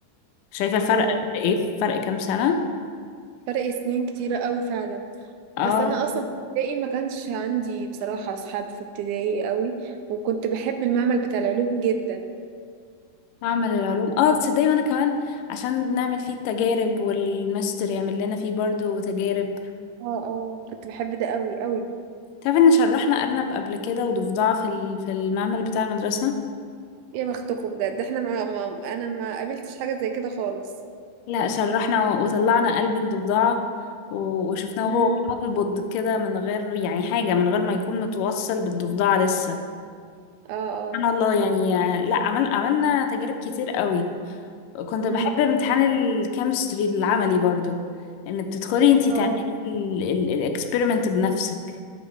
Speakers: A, on the left (about 85°); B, on the right (about 80°).
A: شايفة الفرق
B: اه
A: قد إيه فرق كام سنة؟
B: فرق سنين كتيرة قوي فعلا
A: اه
B: بس انا اصلا في ابتدائي ما كانش عندي بصراحة اصحاب في ابتدائي قوي وكنت بحب المعمل بتاع العلوم جدا
A: معمل العلوم اه تصدقي وانا كمان عشان نعمل فيه التجارب والماستر يعمل لنا فيه برضو تجارب
B: اه اه كنت بحب ده قوي قوي
A: تعرفي ان شرحنا ارنب قبل كده وضفدعة في ال- في المعمل بتاع المدرسة
B: يا بختكم بجد احنا ما, ما انا ما قابلتش حاجه زي كده خالص
A: لا شرحنا و- وطلعنا قلب الضفدعة و- وشفناه
B: امم
A: وهو بينبض كده من غير يعني حاجة من غير ما يكون متوصل بالضفدعة لسه
B: اه اه
A: سبحان الله يعني لا عمل عملنا تجارب كتير قوي كنت بحب
B: امم
A: امتحان الكيمستري العملي برضو ان بتدخلي انتي
B: اه
A: تعملي
B: اه
A: الاكسبيرمنت بنفسك